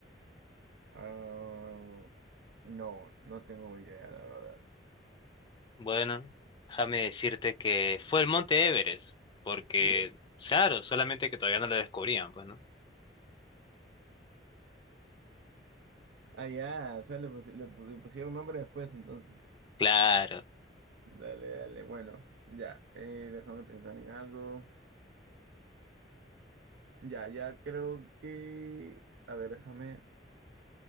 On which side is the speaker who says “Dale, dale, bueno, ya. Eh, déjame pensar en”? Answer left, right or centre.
Right